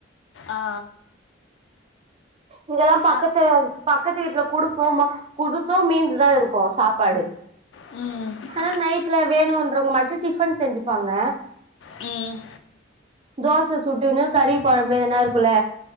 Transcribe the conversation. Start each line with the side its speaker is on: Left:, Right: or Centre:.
Left: ஆ
Right: இங்கெல்லா பக்கத்த
Left: ஆ
Right: பக்கத்து வீட்ல குடுப்போமோ குடுத்து மீந்துதா இருக்கு சாப்பாடு
Left: ம்
Right: அதனால நைட்ல வேணுன்றவங்க மட்டு டிஃபன் செஞ்சுப்பாங்க
Left: ம்
Right: தோச சுட்டுன்னு கறி கொழம்பு எதனா இருக்குல்ல